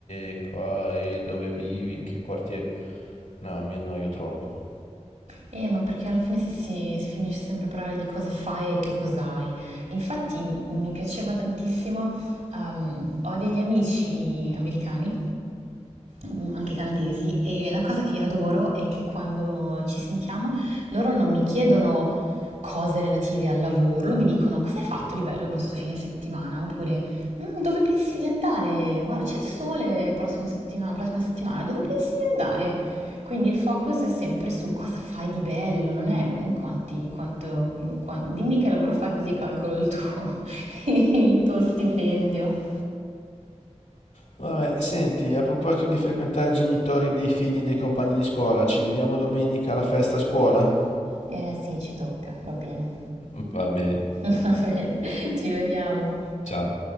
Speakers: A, on the left; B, on the right.
A: e qua e dove vivi, in che quartiere. No, mi annoio troppo.
B: Eh, ma perché alla fine si, si- si finisce sempre a parlare di cosa fai e che cos'hai. Infatti m- mi piaceva tantissimo, ehm, ho degli amici americani Mhmm, anche canadesi, e la cosa che adoro è che quando ci sentiamo loro non mi chiedono cose relative al lavoro, mi dicono: "Cosa hai fatto di bello questo fine settimana?" Oppure: "Mhmm, dove pensi di andare? Guarda c'è il sole il prossimo settima prossima settimana, dove pensi di andare?" Quindi il focus è sempre su cosa fai di bello, non è un quanti quanto mhmm, quan dimmi che lavoro fai così calcolo il tuo <laughs> il tuo stipendio.
A: Vabbè, senti, a proposito di frequentare i genitori dei figli dei compagni di scuola, ci vediamo domenica alla festa a scuola?
B: Eh sì, ci tocca, va bene.
A: <laughs> Va bene,
B: <laughs> Va bene, ci vediamo.
A: ciao.